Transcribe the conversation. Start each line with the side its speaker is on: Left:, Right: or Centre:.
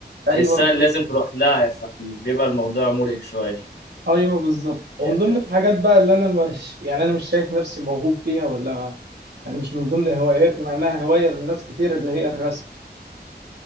Right: أيوه
Left: تحسها
Right: ب-
Left: اللي لازم تروح لها فبيبقى الموضوع مرهق شوية
Right: أيوه بالظبط ومن
Left: هي
Right: ضمن
Left: فعلا
Right: الحاجات بقى اللي أنا مش يعني أنا مش شايف نفسي موهوب فيها ولا يعني مش من ضمن هواياتي مع إنها هواية لناس كتير اللي هي الرسم